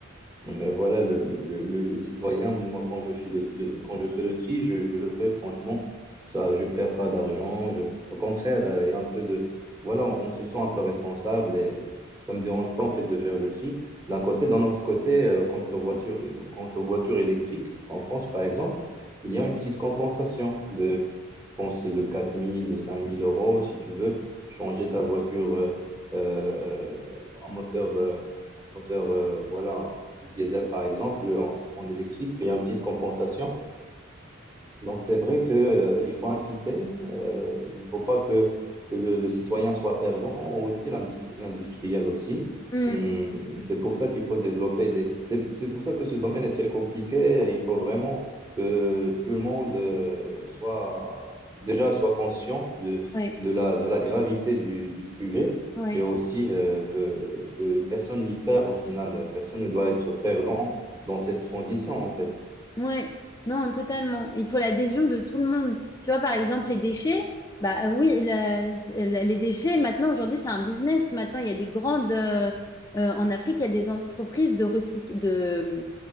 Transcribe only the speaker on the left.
Mm.
Ouais.
Ouais.
Ouais, non, totalement. Il faut l'adhésion de tout le monde. Tu vois, par exemple, les déchets, bah euh, oui, la- la- les déchets, maintenant, aujourd'hui, c'est un business. Maintenant, il y a des grandes. euh, euh, en Afrique, il y a des entreprises de recyc de,